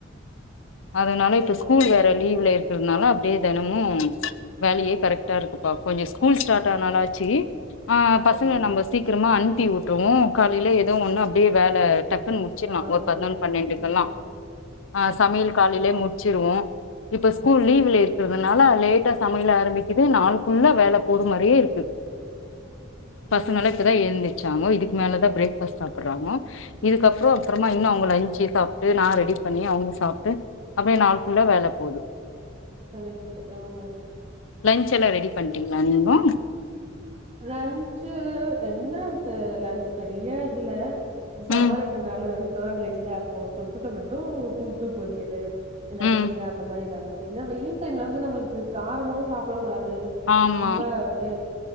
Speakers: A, on the left; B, on the right.
A: அதனால இப்ப
B: ஆமா
A: ஸ்கூல்
B: ஆமா
A: வேற லீவ்ல இருக் றனால அப்டியே தெனமு வேலயே கரெக்ட்டா இருக்குப்பா கொஞ்ச ஸ்கூல் ஸ்டாட் ஆனாலாச்சு ஆ
B: ஒன்பது
A: பசங்க நம்ம சீக்கிரமா அனுப்பி விட்ருவோ காலைல ஏதோ ஒண்ணு அப்டியே வேல டக்குன்னு ச்சிலா
B: ஆமா
A: ஒரு பதினொன்னு பன்னெண்டுக்கெல்லா
B: ஆமா
A: ஆ சமையல் காலைலே முடிச்சிருவோ இப்ப ஸ்கூல் லீவ்ல இருக்கறதுனால லேட்டா சமயல் ஆரம்பிக்குது நாள் ஃபுல்லா வேல போது மாரியே இருக்கு பசங்கலா
B: ஓ
A: இப்பதா எந்திரு சாங்கோ இதுக்கு மேலதா பிரேக்ஃ பஸ்ட் சாப்றாங்கோ இதுக்கப்றோ அப்றமா ங்க லஞ்ச்ச சாப்ட்டு நா ரெடி பண்ணி அவங்க சாப்ட்டு அடியே நாள் ஃபுல்லா வேல போது
B: கரெக்ட் ஆமா
A: லஞ்ச் எல்லா ரெடி பண்டீங்களா நீங்கோ
B: லன்ச்சு என்னருக்கு லன்ச் பெரியா இதுல சம்மர்
A: ம்
B: என்றனால வெறு கேர்ட் ரைஸ் தா இருக்கு தொட்டுக்க மட்டு ஒரு கூட்டு பொரியலு இல்ல
A: ம்
B: கீர அந்த மாரி ஏதாவது செய்ரின்னா வெயில் டைம்ல வந்து நம்ளுக்கு காரமாவு சாப்ட கூடாது
A: ஆமா
B: ரொம்ப அப்டே